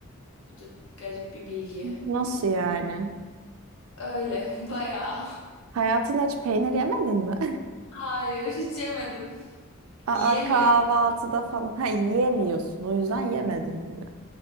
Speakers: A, on the left; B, on the right.
A: Bu da garip bir bilgi.
B: Nasıl yani?
A: Öyle <laughs> bayağı.
B: Hayatında hiç peynir yemedin mi?
A: Hayır hiç yemedim.
B: <laughs> Aa
A: Yiyemiyorum.
B: kahvaltıda falan. Ha yiyemiyorsun. O yüzden yemedin oluyor.